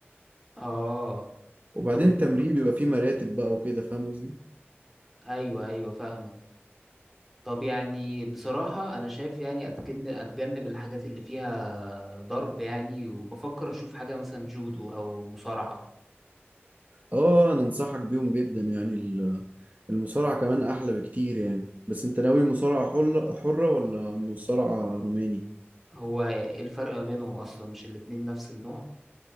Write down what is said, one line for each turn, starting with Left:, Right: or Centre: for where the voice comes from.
Centre: اه
Right: وبعدين
Centre: طب انت
Right: التمرين بيبقى فيه مراتب بقى وكده فاهم قصدي
Centre: ايوه ايوه فاهمك طب يعني بصراحة انا شايف يعني اتجنب اتجنب الحاجات اللي فيها ضرب يعني وبفكر اشوف حاجة مثلا جودو او مصارعة
Right: اه انا انصحك بيهم جدا يعني ال- المصارعة كمان احلى بكتير يعني بس انت ناوي مصارعة حلة- حرة ولا مصارعة روماني
Centre: هو ايه الفرق ما بينهم اصلا مش الاتنين نفس النوع